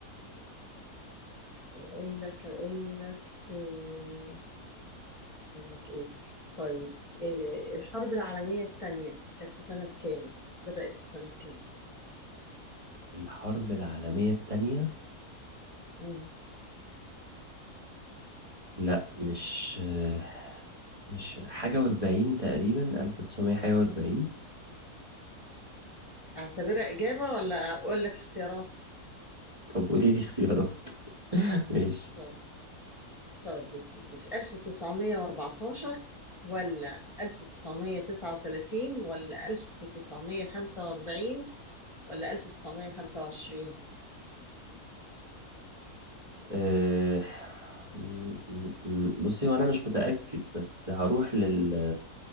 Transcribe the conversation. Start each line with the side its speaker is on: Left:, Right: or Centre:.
Left: اقول لك اقول لك آه، اقول لك ايه طيب إيه الحرب العالمية الثانية كانت في سنة كام بدأت في سنة كام
Right: الحرب العالمية التانية
Left: مم.
Right: لا مش آه، مش حاجة واربعين تقريبا ألف تسعمية حاجة واربعين
Left: اعتبرها إجابة ولا اقول لك اختيارات
Right: طب قولي لي اختيارات <laughs> ماشي
Left: طيب طيب يا سيدي في 1914 ولا 1939 ولا 1945 ولا 1925
Right: أه... م- م- م- بصي وانا مش متأكد بس هروح لل